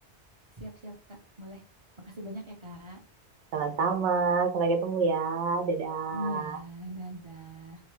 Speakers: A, on the right; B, on the right.
A: siap-siap, Kak. Boleh. Makasih banyak ya, Kak.
B: sama-sama. Sampai ketemu ya. Dadah.
A: Iya, dadah.